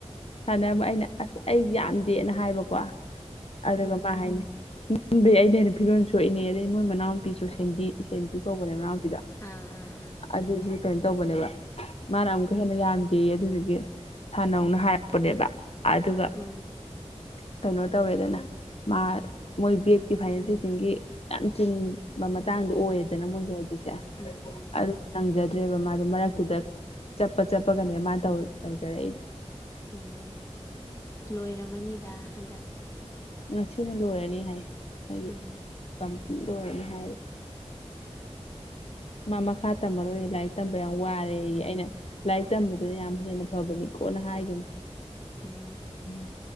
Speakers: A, on the left; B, on the left.
A: ꯁꯥꯟꯅꯔꯝꯃꯣꯏ ꯑꯩꯅ ꯑꯁ ꯑꯩ ꯌꯥꯝꯗꯦꯅ ꯍꯥꯏꯕꯀꯣ ꯑꯗꯨꯒ
B: ꯎꯝ
A: ꯃꯥ ꯍꯥꯏꯅꯤ ꯅ ꯌꯗꯤ ꯑꯩꯅ ꯍꯦꯅ ꯐꯤꯕꯝ ꯁꯣꯛꯏꯅꯦ ꯑꯗꯩꯏ ꯃꯣꯏ ꯃꯅꯥꯎꯄꯤꯁꯨ ꯁꯦꯟꯗꯤ ꯁꯦꯟꯘꯤ ꯀꯧꯕꯅꯦ ꯃꯅꯥꯎꯄꯤꯗꯣ
B: ꯑꯥ ꯑꯥ ꯑꯥ
A: ꯑꯗꯨꯁꯨ ꯀꯩꯅꯣ ꯇꯧꯕꯅꯦꯕ ꯃꯥꯅ ꯑꯃꯨꯛꯀ ꯍꯦꯟꯅ ꯌꯥꯝꯗꯦ ꯑꯗꯨꯗꯨꯒꯤ ꯊꯥꯟꯅꯧꯅ ꯍꯥꯏ ꯄꯨꯅꯦꯕ ꯑꯗꯨꯒ
B: ꯎꯝ
A: ꯀꯩꯅꯣ ꯇꯧꯔꯦꯗꯅ ꯃꯥ ꯃꯣꯏ ꯕꯦꯠꯀꯤ ꯐꯥꯏꯅꯦꯜꯇꯤꯁꯤꯡꯒꯤ ꯌꯥꯝ ꯆꯤꯟ ꯕ ꯃꯇꯥꯡꯗ ꯑꯣꯏꯔꯦꯗꯅ ꯃꯣꯏꯖꯦ ꯍꯧꯖꯤꯛꯁꯦ
B: ꯎꯝ ꯎꯝ
A: ꯑꯗꯨ ꯅꯪꯖꯗ꯭ꯔꯦꯕ ꯃꯥꯗꯣ ꯃꯔꯛꯇꯨꯗ ꯆꯠꯄ ꯆꯠꯄꯒꯅꯦ ꯃꯥꯅ ꯇꯧꯔꯛ ꯇꯧꯖꯔꯛꯏꯖꯦ
B: ꯎꯝ ꯂꯣꯏꯔꯝꯃꯅꯤꯗ ꯍꯟꯗꯛ
A: ꯉꯁꯤꯅ ꯂꯣꯏꯔꯅꯤ ꯍꯥꯏꯌꯦ ꯃꯣꯏꯒꯤ
B: ꯎꯝ
A: ꯀꯝꯄ꯭ꯂꯤꯠ ꯂꯣꯏꯔꯅꯤ ꯍꯥꯏꯌꯦꯕ
B: <unintelligible>
A: ꯃꯥ ꯃꯈꯥ ꯇꯝꯃꯔꯣꯏ ꯂꯥꯏꯔꯤꯛ ꯇꯝꯕ ꯌꯥꯝ ꯋꯥꯔꯦꯌꯦ ꯑꯩꯅ ꯂꯥꯏꯔꯤꯛ ꯇꯝꯕꯗꯨꯅ ꯌꯥꯝ ꯍꯦꯟꯅ ꯐꯕꯅꯤ ꯀꯣꯟꯅ ꯍꯥꯏꯒꯤꯝꯅꯤ
B: ꯎꯝ
A: ꯎꯝ